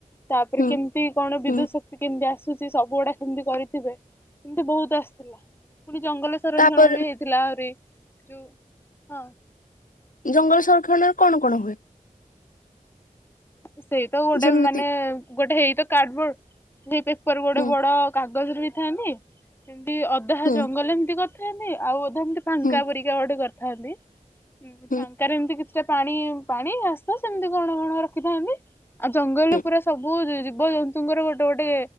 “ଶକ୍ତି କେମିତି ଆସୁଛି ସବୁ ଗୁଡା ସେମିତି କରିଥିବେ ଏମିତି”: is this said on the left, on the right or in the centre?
Left